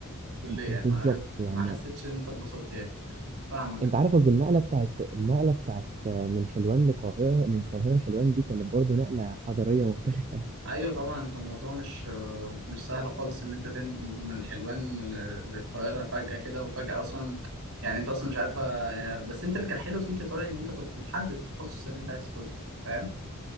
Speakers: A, on the right (about 75°); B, on the right (about 30°).
A: الكلية
B: بالظبط
A: يعني ما عرفت
B: يعني
A: ما حسيتش ان انت اتبسطت يعني فاهمك
B: انت عارف قصدي النقله بتاعت النقله بتاعت من حلوان لقاهره من القاهره لحلوان دي كانت برضو نقله حضاريه مختلفه
A: ايوه طبعا انت الموضوع مش آه، مش سهل خالص ان انت تنقل من حلوان آه، للقاهرة فجأة كده وفجأة اصلا يعني انت اصلا مش عارفة آه، بس انت اللي كان حلو فيك يا طارق ان انت كنت محدد التخصص اللي انت عايز تخشه فاهم؟